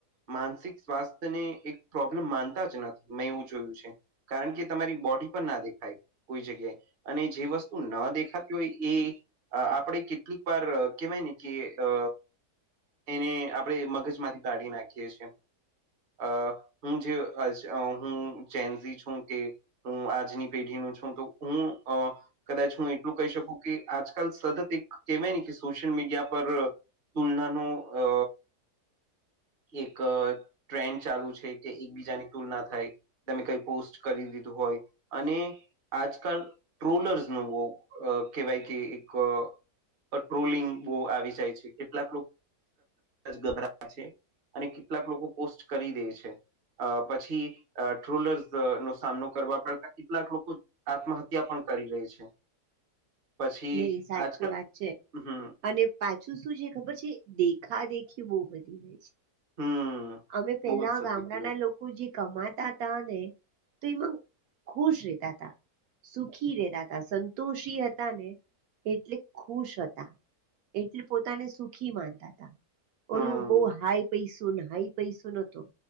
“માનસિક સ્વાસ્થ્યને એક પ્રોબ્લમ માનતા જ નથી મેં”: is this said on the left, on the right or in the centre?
Right